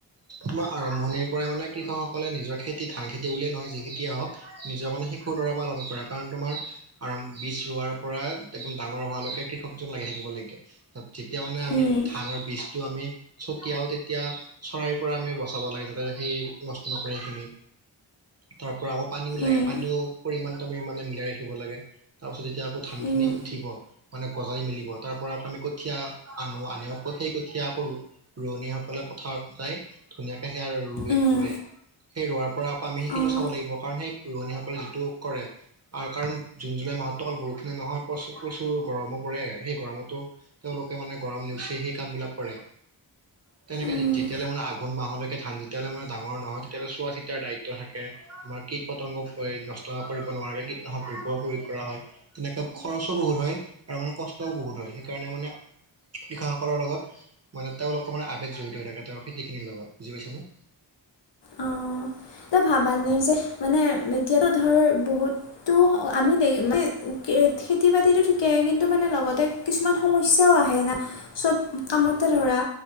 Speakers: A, on the right (about 35°); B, on the left (about 65°).
A: তোমাৰ আৰম্ভণিৰ পৰাই মানে কৃষকসকলে নিজৰ খেতি ধান খেতি বুলিয়ে নহয় যি খেতিয়েই হওক নিজৰ মানে শিশুৰ দৰে পালন কৰে কাৰণ তোমাৰ আৰু বীজ ৰোৱাৰ পৰা একদম ডাঙৰ হোৱালৈকে কৃষকজন লাগি থাকিব লাগে। যেতিয়া মানে আমি
B: উম
A: ধানৰ বীজটো আমি ছটিয়াও তে তেতিয়া চৰাইৰ পৰা আমি বচাব লাগে যাতে সেই নষ্ট নকৰে সেইখিনি। তাৰ পৰা আকৌ পানীও লাগে
B: উম
A: পানীও পৰিমাণ আমি মানে মিলাই ৰাখিব লাগে। তাৰপিছত এতিয়া আকৌ ধানখিনি
B: উম
A: উঠিব মানে গজালি মেলিব তাৰপৰা আমি কঠীয়া আনো আনি আকৌ সেই কঠীয়া আকৌ ৰোৱনী সক সকলে পথাৰত যায় ধুনীয়াকে সেয়া ৰুৱে-ৰুৱে।
B: উম
A: সেই ৰোৱাৰ পৰা আকৌ আমি সেইখিনিও
B: অঁ
A: চাব লাগিব কাৰণ সেই ৰোৱনীসকলে যিটো কৰে কাৰণ জুন, জুলাই মাহতো অকল বৰষুণে নহয় প্ৰচ প্ৰচুৰ গৰমো পৰে সেই গৰমতো তেওঁলোকে মানে গৰম নেওচি সেই কাম বিলাক কৰে তেনেকে
B: উম
A: তেতিয়ালে মানে আঘো আঘোণ মাহলৈকে ধান যেতিয়ালৈ আমাৰ ডাঙৰ নহয় তেতিয়ালৈ চোৱা চিতাৰ দায়িত্ব থাকে। তোমাৰ কিট পতংগ পৰি নষ্ট কৰিব নোৱাৰে কীটনাশক দ্ৰব্যও প্ৰয়োগ কৰা হয়। তেনেকে খৰচো বহুত হয় আৰু মানে কষ্টও বহুত হয় সেইকাৰণে মানে কৃষক সকলৰ লগত মানে তেওঁ অকমান আবেগ জড়িত হৈ থাকে তেওঁ খেতিখিনিৰ লগত বুজি পাইছে নে।
B: অঁ! ত ভাবা নাই যে মানে এতিয়াতো ধৰ বহুত তো আমি দেৰি মানে খেতি বাতিটো ঠিকে কিন্তু মানে লগতে কিছুমান সমস্যাও আহে না চব কামতে ধৰা।